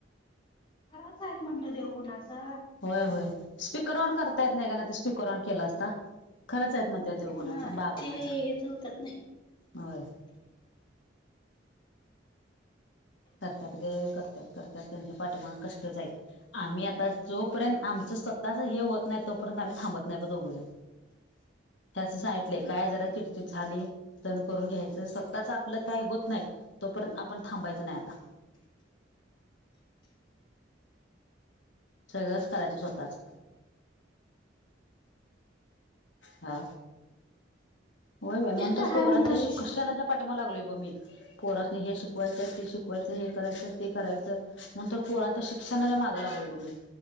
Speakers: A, on the left (about 25°); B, on the left (about 80°).
A: खराच आहेस म्हटलं देवगुणाचा.
B: होय होय स्पीकर ऑन करता येत नाय त्यांना नाही तर स्पीकर ऑन केला असता. खरंच आहेत म्हणत्यात देवगुणाचा
A: नाही
B: बाबा
A: ते
B: माझा
A: हेच होतात नाही.
B: होय. करत्यात ग करत्यात करत्यात त्यांच्या पाठीमाग कष्टच हाईत. आम्ही आता जोपर्यंत आमच स्वतःच हे होत नाय तोपर्यंत आम्ही थांबत नाय ब दोघंजण. त्यां सांगितलेय काय जरा चिडचिड झाली. सहन करून घ्यायचं स्वतःच आपलं काय होत नाय तोपर्यंत आपण थांबायच नाय आत्ता. <inaudible> सगळंच करायचं स्वतःच. हा, होय बा म्हनून
A: ते
B: तर
A: हाय
B: पोरांच्या
A: म्हणलं आयुष्यात.
B: शिक्षणाच्या पाठीमाग लागलोय ब मी. पोरसणी हे शिकवायचं ते शिकवायचं हे करायचं ते करायचं म्हनून तर पोरां''--'' त शिक्षणाच्या मागं लागलोय बघ मी.